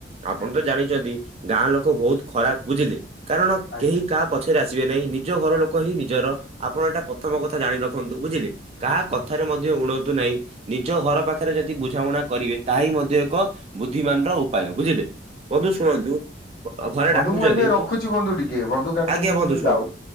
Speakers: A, on the right (about 35°); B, on the left (about 55°).
A: ଆପଣ
B: ଆଜ୍ଞା
A: ତ ଜାଣିଛନ୍ତି ଗାଁ ଲୋକ ବହୁତ ଖରାପ ବୁଝିଲେ କାରଣ
B: ଆଜ୍ଞା
A: କେହି କାହା ପଛରେ ଆସିବେ ନାହିଁ ନିଜ ଘର ଲୋକ ହିଁ ନିଜର ଆପଣ ଏଇଟା ପ୍ରଥମ କଥା ଜାଣି ରଖନ୍ତୁ ବୁଝିଲେ। କାହା କଥାରେ
B: ଆଜ୍ଞା
A: ମଧ୍ୟ ଉଣନ୍ତୁ ନାହିଁ ନିଜ ଘର ପାଖରେ ଯଦି ବୁଝାମଣା କରିବେ ତାହାହିିଁ ମଧ୍ୟ ଏକ ବୁଦ୍ଧିମାନ ର ଉପାୟ ବୁଝିଲେ। ବନ୍ଧୁ ଶୁଣନ୍ତୁ ଘରେ
B: ବନ୍ଧୁ
A: ଡାକୁଛନ୍ତି
B: ଏବେ ରଖୁଛି
A: ମୁଁ
B: ବନ୍ଧୁ ଟିକେ ବନ୍ଧୁ କାରଣ
A: ଆଜ୍ଞା
B: ମୁଁ
A: ବନ୍ଧୁ
B: ଏବେ
A: ଶୁଣନ୍ତୁ।
B: ଯାଉ